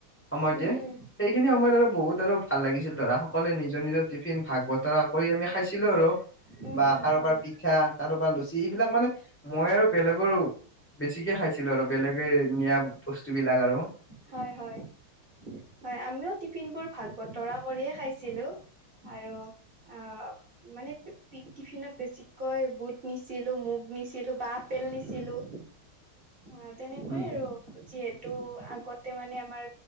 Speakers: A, on the left (about 15°); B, on the right (about 35°).
A: সমমাৰ
B: উম
A: দিয়
B: উম
A: সেইখিনি আমাৰ আৰু বহুত আৰু ভাল লাগিছিল ধৰা সকলোৱে নিজৰ নিজৰ টিফিন ভাগ বতৰা কৰি আমি খাইছিলো আৰু
B: উম
A: বা
B: উম।
A: কাৰোবাৰ
B: হয়
A: পিঠা কাৰোবাৰ পৰা লুচি- সেবিলাক মানে মই আৰু বেলেগৰ বেছিকে খাইছিলো আৰু বেলেগে নিয়া- বস্তু বিলাক আৰু
B: হয় হয়। হয় আমিও টিফিনবোৰ ভাগ বতৰা কৰিয়ে খাইছিলো। আৰু অঁ মানে টিফিনত বেছিকৈ বুট নিছিলো। মোক- নিছিলো বা আপেল নিছিলো।
A: <unintelligible>
B: অঁ তেনেকুৱাই
A: উম
B: আৰু যিহেতু আগতে মানে আমাৰ